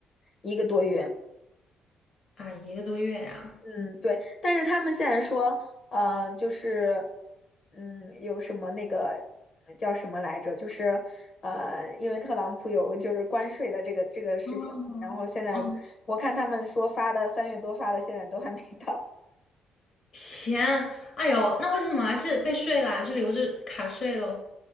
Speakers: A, on the left; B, on the left.
A: 一个多月。
B: 啊，一个多月呀、
A: 嗯，对，但是他们现在说，呃，就是，嗯，有什么那个叫什么来着？就是，呃，因为特朗普有就是关税的这个这个事情嘛然后现在我看他们说发的三月多发的，
B: 哦，哦，
A: 现在都还没到。
B: 天，哎呦，那为什么还是被税啦？就留着卡税喽？